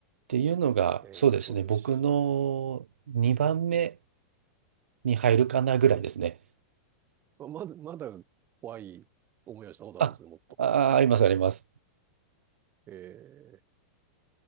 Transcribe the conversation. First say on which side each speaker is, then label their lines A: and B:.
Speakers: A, on the right; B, on the right.
A: ていうのが、
B: ええ、
A: そうですね、
B: 恐るべし。
A: 僕の2番目に入るかなぐらいですね。
B: おう、ままだ、まだ怖い思いをしたことあるんですね、
A: あ、
B: もっと。
A: あ、あります、あります。
B: ええ、